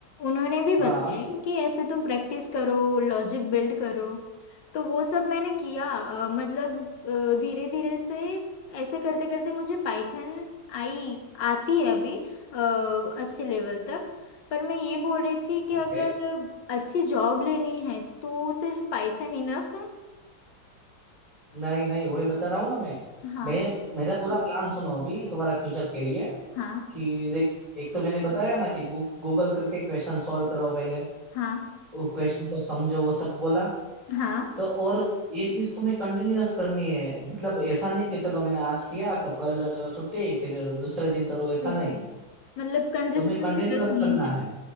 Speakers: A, on the left; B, on the right.
A: उन्होंने भी बताया
B: हाँ
A: कि ऐसे तुम प्रैक्टिस करो लॉजिक बिल्ड करो तो वो सब मैंने किया अ, मतलब धीरे धीरे से ऐसे करते करते मुझे पाइथन आई आती है अभी अ, अच्छे लेवल तक पर मैं ये बोल रही थी कि
B: ओके
A: अगर अच्छी जॉब लेनी है तो सिर्फ पाइथन इनफ है
B: नहीं नहीं वही बता रहा हूँ ना मैं
A: हाँ
B: मैं मेरा पूरा प्लान सुनो अभी तुम्हारा फ्यूचर के लिए
A: हाँ
B: कि देख एक तो मैंने बताया ना कि गू, गूगल करके क्वेश्चन सॉल्व करो पहले
A: हाँ
B: वो क्वेश्चन को समझो वो सब बोला
A: हाँ
B: तो और ये चीज तुम्हें कंटिन्यूअस करनी है मतलब ऐसा नहीं कि चलो मैंने आज किया तो कल छुट्टी फिर दूसरे दिन करो ऐसा
A: ओके
B: नहीं
A: मतलब कंसिस्टेंसी
B: तुम्हें कंटिन्यूअस
A: रखनी
B: करना
A: है
B: है